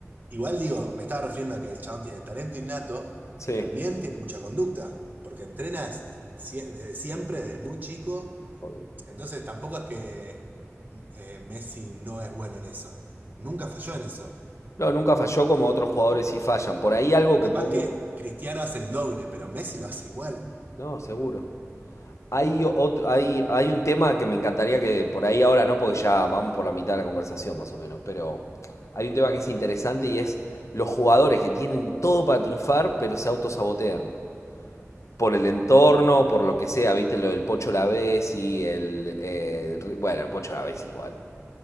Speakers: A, on the right (about 35°); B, on the left (about 65°).
A: Igual digo, me estaba refiriendo a que el chabón tiene talento innato
B: Sí,
A: y también tiene mucha conducta, porque entrenas sie- desde siempre, desde muy chico.
B: obvio.
A: Entonces tampoco es que eh, Messi no es bueno en eso. Nunca falló en eso.
B: No, nunca falló como otros jugadores sí fallan. Por ahí algo que
A: Capaz
B: podemos...
A: que Cristiano hace el doble, pero Messi lo hace igual.
B: No, seguro. Hay, otro, hay, hay un tema que me encantaría que por ahí ahora no, porque ya vamos por la mitad de la conversación más o menos, pero hay un tema que es interesante y es los jugadores que tienen todo para triunfar, pero se autosabotean. Por el entorno, por lo que sea, viste lo del Pocho Lavezzi, el... eh, Ri- bueno, el Pocho Lavezzi igual,